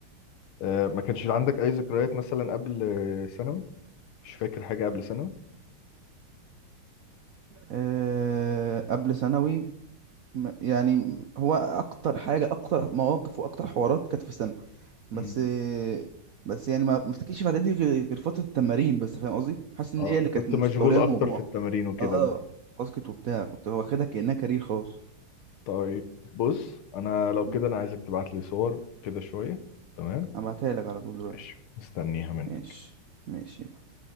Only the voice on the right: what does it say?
أه قبل ثانوي م- يعني م- هو اكتر حاجه اكتر مواقف واكتر حوارات كانت في ثانوي بس
آه، بس يعني ما ما افتكرش في اعدادي غير غير فتره التمارين بس فاهم قصدي حاسس ان
هي اللي كانت
مستوليه
الموضوع
اه باسكت وبتاع كنت واخدها كانها كارير خلاص
مم.
هبعتها لك على طول دلوقتي
ماشي ماشي